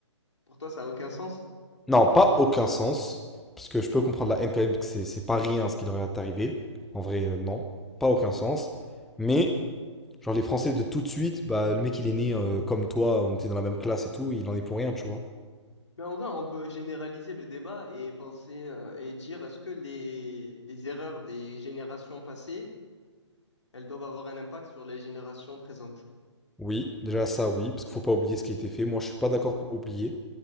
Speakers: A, on the left; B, in the centre.
A: Pour toi, ça a aucun sens?
B: Non, pas aucun sens. Parce que je peux comprendre la haine quand même, que c'est c'est pas rien ce qui leur est arrivé. En vrai, euh, non. Pas aucun sens. Mais. Genre les Français de tout de suite, bah le mec il est né euh, comme toi, on était dans la même classe et tout, il en est pour rien, tu vois.
A: Mais en vrai, on peut généraliser le débat et penser euh, et dire est-ce que les, les erreurs des générations passées, elles doivent avoir un impact sur les générations présentes?
B: Oui, déjà ça oui, parce qu'il faut pas oublier ce qui a été fait. Moi je suis pas d'accord pour oublier,